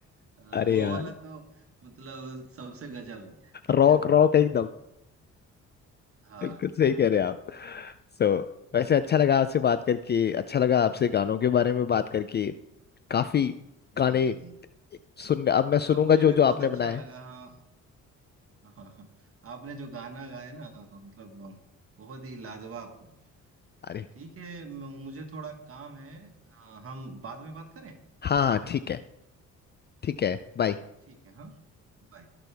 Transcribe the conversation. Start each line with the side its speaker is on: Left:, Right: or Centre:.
Right: आ,
Left: अरे
Right: वो
Left: यार
Right: वाला तो मतलब सबसे गजब है
Left: रॉक
Right: <laughs>
Left: रॉक एकदम
Right: हाँ
Left: बिल्कुल सही
Right: हाँ
Left: कह रहे हैं आप सो वैसे अच्छा लगा आपसे बात करके अच्छा लगा आपसे गानों के बारे में बात करके काफी गाने
Right: जी जी जी
Left: सुन अब मैं
Right: मतलब
Left: सुनूंगा
Right: मुझे
Left: जो
Right: भी
Left: जो
Right: बहुत
Left: आपने
Right: अच्छा
Left: बनाए
Right: लगा हाँ <laughs> हाँ आपने जो गाना गाया ना मतलब बहुत ही लाजवाब था
Left: अरे
Right: ठीक है म- मुझे थोड़ा काम है आ, हम बाद में बात करें
Left: हाँ हाँ, ठीक है ठीक है बाय
Right: ठीक है हाँ बाय